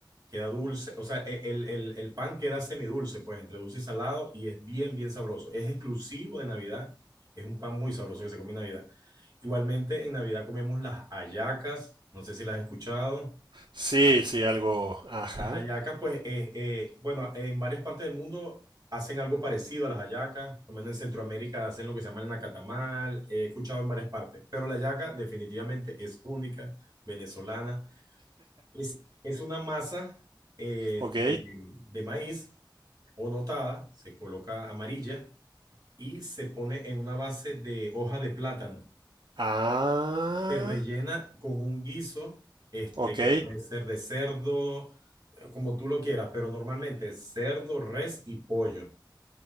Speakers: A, on the right; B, on the right.
A: Queda dulce, o sea, e- el, el, el pan queda semidulce, pues entre dulce y salado, y es bien, bien sabroso. Es exclusivo de Navidad, es un pan muy sabroso que se come en Navidad. Igualmente, en Navidad comemos las hallacas, no sé si las has escuchado.
B: Sí, sí, algo. Ajá.
A: Las hallacas, pues, eh, eh, bueno, en varias partes del mundo hacen algo parecido a las hallacas, por lo menos en Centroamérica hacen lo que se llama el nacatamal, he escuchado en varias partes, pero la hallaca definitivamente es única, venezolana. Es, es una masa eh,
B: Ok.
A: de, de maíz o notada, se coloca amarilla y se pone en una base de hoja de plátano.
B: Ah,
A: Se rellena con un guiso, este,
B: ok.
A: que puede ser de cerdo, eh, como tú lo quieras, pero normalmente es cerdo, res y pollo.